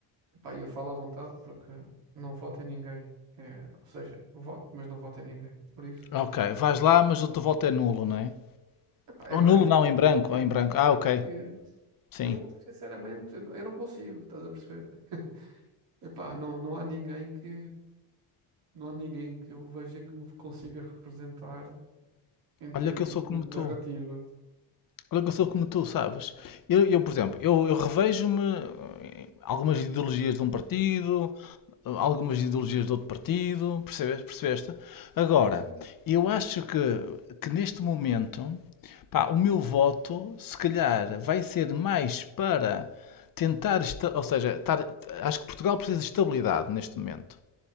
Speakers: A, on the right; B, on the left.
A: Pá, eu falo à vontade porque não voto em ninguém. É, ou seja, voto, mas não voto em ninguém. Por isso,
B: Ok, vais lá, mas o teu voto é nulo, não é?
A: epá, é
B: Ou
A: branco.
B: nulo não, em branco,
A: É
B: ou
A: branco.
B: em branco. Ah,
A: Pá,
B: ok.
A: porque,
B: Sim.
A: porque eu não, sinceramente, eu não eu não consigo, estás a perceber? Epá, não, não há ninguém que, não há ninguém que eu veja que me consiga representar em termos
B: Olha que eu sou
A: de
B: como tu.
A: narrativa.
B: Olha que eu sou como tu, sabes? Eu, eu, por exemplo, eu, eu revejo-me em algumas ideologias de um partido, algumas ideologias de outro partido, percebes? percebeste? Agora,
A: Sim, sim.
B: eu acho que, que neste momento, pá, o meu voto, se calhar, vai ser mais para tentar, esta- ou seja, estar- acho que Portugal precisa de estabilidade neste momento.